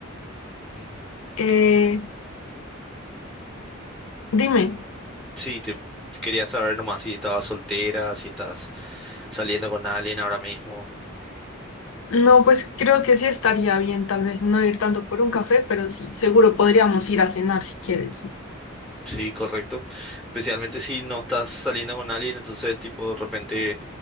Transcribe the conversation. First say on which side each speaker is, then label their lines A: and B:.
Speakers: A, in the centre; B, on the left (about 75°).
A: Ujú.
B: Eh, dime.
A: Sí, te quería saber nomás si estabas soltera, si estás saliendo con alguien ahora mismo.
B: No, pues creo que sí estaría bien, tal vez no ir tanto por un café, pero sí, seguro podríamos ir a cenar si quieres.
A: Sí, correcto. Especialmente si no estás saliendo con alguien, entonces tipo de repente